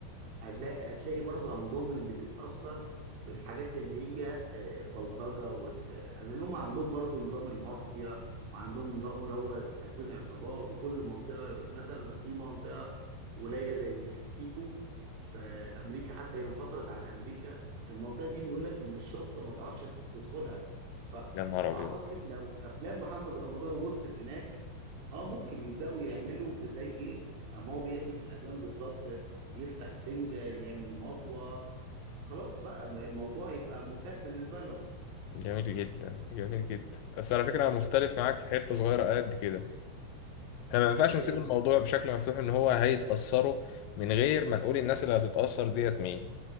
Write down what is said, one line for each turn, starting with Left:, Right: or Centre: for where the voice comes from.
Right: هتلاقي هتلاقي برضه عندهم اللي بيتأثر بالحاجات اللي هي آه، بلطجة وال... لأن هم عندهم برضه نظام المافيا وعندهم نظام اللي هو تكوين عصابات وكل منطقة مثلا في منطقة ولاية زي مكسيكو في أمريكا حتى هي انفصلت عن أمريكا المنطقة دي بيقول لك إن الشرطة ما تعرفش تدخلها فأعتقد
Left: يا نهار أبيض
Right: لو أفلام محمد رمضان وصلت هناك اه ممكن يبداوا يعملوا زي اما هو بيعمل في الافلام بالظبط يفتح سنجه يعمل مطوه خلاص بقى الموضوع يبقى متاح بالنسبه لهم
Left: جميل جدا جميل جدا بس على فكرة أنا مختلف معاك في حتة صغيرة قد كده احنا ما ينفعش
Right: إيه
Left: نسيب الموضوع
Right: هي
Left: بشكل مفتوح ان هو هيتأثروا من غير ما نقول الناس اللي هتتأثر ديت مين